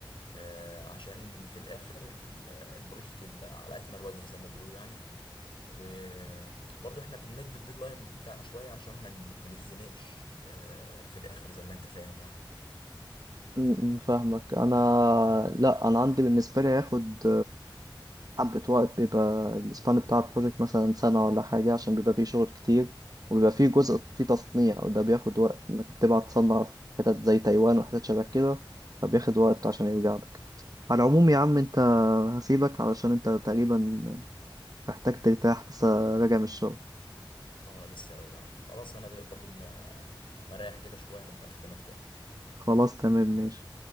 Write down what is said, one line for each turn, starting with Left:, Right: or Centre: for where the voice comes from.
Left: آه، عشان في الآخر ال- البروجكت يبقى على أكمل وجه زي ما بيقولوا يعني و- وبرضه احنا بنمد الديدلاين بتاعنا شوية عشان ما ن- ما نتزنقش آه، في الآخر زي ما انت فاهم يعني
Right: م- م، فاهمك انا لا انا عندي بالنسبة لي هياخد حبة وقت بيبقى السبان بتاع البروجكت مثلا سنة ولا حاجة عشان بيبقى فيه شغل كتير وبيبقى فيه جزء فيه تصنيع وده بياخد وقت إنك بتبعت تصنع في حتت زي تايوان وحتت شبه كده فبياخد وقت
Left: مم.
Right: عشان يرجع لك على العموم يا عم أنت هسيبك علشان أنت تقريبا محتاج ترتاح لسه راجع من الشغل
Left: اه لسه راجع آه، خلاص انا ب- برضه ما مريح كده شوية هبقى اكلمك تاني
Right: خلاص تمام ماشي